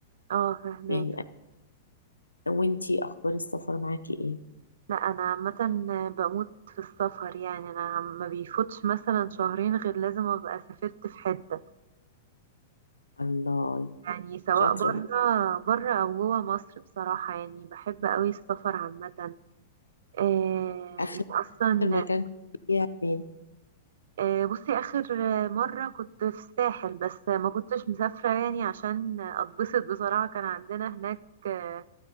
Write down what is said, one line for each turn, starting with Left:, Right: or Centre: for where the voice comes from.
Right: اه فهماك
Left: يعني وانتي اخبار السفر معاكي ايه
Right: لا أنا عامة بموت في السفر يعني أنا ما بيفوتش مثلا شهرين غير لازم أبقى سافرت في حتة
Left: الله
Right: يعني سواء
Left: شاطره
Right: برا
Left: بقى.
Right: برا أو جوا مصر بصراحة يعني بحب قوي السفر عامة آه،
Left: اخر
Right: انت اصلا
Left: مكان كنت فيها فين
Right: آه، بصي آخر آه، مرة كنت في الساحل بس آه، ما كنتش مسافرة يعني عشان آه، أتبسط بصراحة كان عندنا هناك آه،